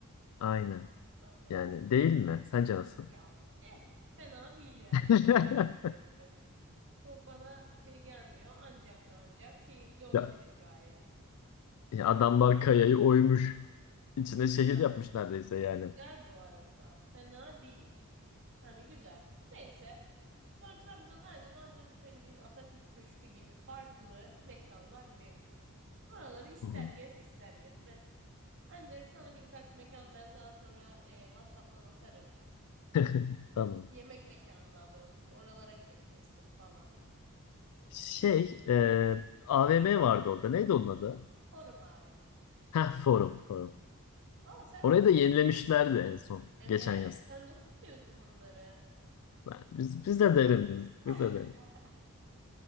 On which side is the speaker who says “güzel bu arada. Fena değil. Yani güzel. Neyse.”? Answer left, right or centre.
Right